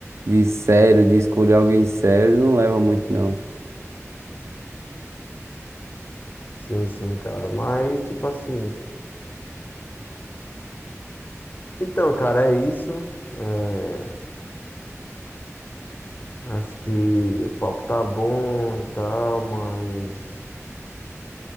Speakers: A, on the right; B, on the left.
A: de sério, de escolher alguém sério, não leva muito, não.
B: Sim, sim, cara. Mas, tipo assim. Então, cara, é isso. É, acho que o papo tá bom e tal, mas.